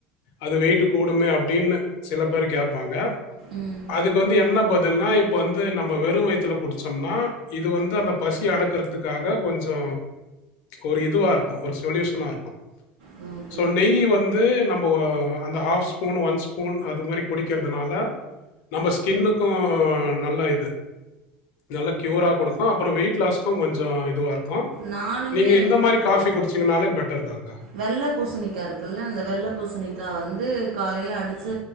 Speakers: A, on the left (about 70°); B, on the right (about 85°).
A: அது வெயிட்டு கூடுமே அப்டின்னு சில பேர் கேப்பாங்க
B: ம்
A: அதுக்கு வந்து என்ன பதில்னா இப்ப வந்து நம்ப வெறும் வயத்துல குடிச்சோம்னா இது வந்து அந்த பசி அடக்கறத் த்துக்காக கொஞ்சொ ஒரு இதுவா இருக்கூ ஒரு சொல்யூஷனா இருக்கூ
B: அ
A: ஸோ நெய் வந்து நம்போ அந்த ஹாஃப் ஸ்பூன் ஒன் ஸ்பூன் அது மாரி குடிக்கறதுனால நம்ப ஸ்கின்னுக்கூ நல்ல இது நல்ல க்யூரா கொடுக்கூ அப்பறொ வெயிட் லாஸ்க்கூ கொஞ்ச இதுவா இருக்கூ
B: நானுமே
A: நீங்க இந்த மாரி காஃபி குடிச்சிங்கனாலே பெட்டர் தாக்கா
B: வெள்ள பூசணிக்கா இருக்குல்ல அந்த வெள்ள பூசணிக்கா வந்து காலைல்ல அடிச்சு